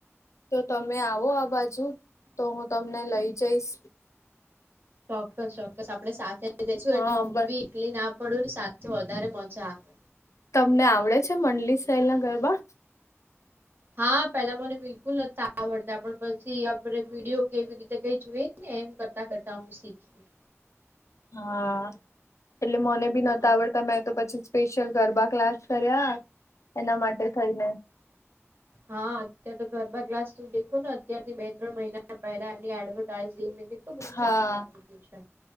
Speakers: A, on the left; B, on the right.
A: તો તમે આવો આ બાજુ તો હું તમને લઈ જઈશ.
B: ચોક્કસ ચોક્કસ આપડે સાથે જઈશું
A: હા
B: એટલે હું
A: બસ
B: બી એકલી ના પડું ને સાથે વધારે મજા આવે.
A: તમને આવડે છે મંડલી સાહેલ ના ગરબા.
B: હા પેલા મને બિલકુલ નથી આવડતા પણ પછી આપણે વિડીયો કેવી રીતે કઈ જુએ. એમ કરતા કરતા હું શીખી ગઈ
A: હા એટલે મને ભી નહતા
B: હા
A: આવડતા મેં તો પછી. સ્પેશિયલ ગરબા ક્લાસ કર્યા એના માટે થઈને
B: હા અત્યારે તો ગરબા ક્લાસ તું દેખો ને અત્યારથી બે ત્રણ મહિના પહેલા એની એડવર્ટાઈઝઈને કેટલું બધું
A: હા
B: ચાલુ થઇ ગયું છે